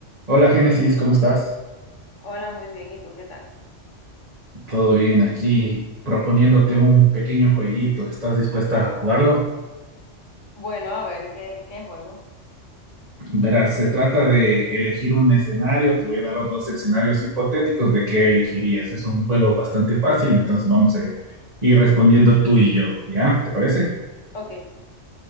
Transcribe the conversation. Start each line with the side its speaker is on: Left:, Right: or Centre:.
Right: Hola Génesis, ¿cómo estás?
Left: Hola, muy bien. ¿Y tú qué tal?
Right: ¿Todo bien aquí? Proponiéndote un pequeño jueguito. ¿Estás dispuesta a jugarlo?
Left: Bueno, a ver, ¿qué, qué juego?
Right: Verás, se trata de elegir un escenario. Te voy a dar dos escenarios hipotéticos de qué elegirías. Es un juego bastante fácil, entonces vamos a ir respondiendo tú y yo, ¿ya? ¿Te parece?
Left: Ok.